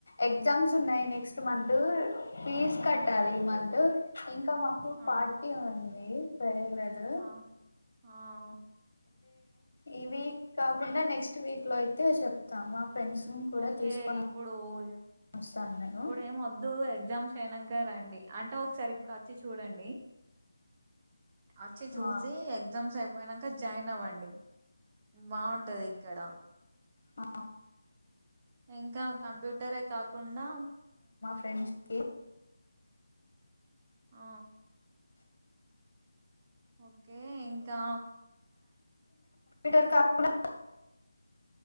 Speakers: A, on the left (about 60°); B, on the right (about 25°).
A: ఎగ్జామ్స్ ఉన్నాయి నెక్స్ట్ మంత్ ఫీజ్ కట్టాలి ఈ మంత్ ఇంకా మాకు
B: ఆ
A: పార్టీ ఉంది సర ఏవళ
B: ఆ ఆ
A: ఈ వీక్ కాకుండా నెక్స్ట్ వీక్ లో అయితే అయితే చెప్తాం మా ఫ్రెండ్స్ని కూడా
B: ఓకే
A: తీసుకొని
B: ఇప్పుడు
A: వస్తాను నేను
B: ఇప్పుడు ఏం వద్దు ఎగ్జామ్స్ అయినాక రండి అంటే ఒకసారి ఇప్పుడు వచ్చి చూడండి అచ్చే చూసి
A: ఆ
B: ఎగ్జామ్స్ పోయినాక జాయిన్ అవ్వండి బాగుంటది ఇక్కడ
A: ఆ
B: ఇంకా కంప్యూటరే కాకుండా
A: ఫ్రెండ్స్కి
B: ఆ ఓకే ఇంకా
A: టర్ కాప్పుడా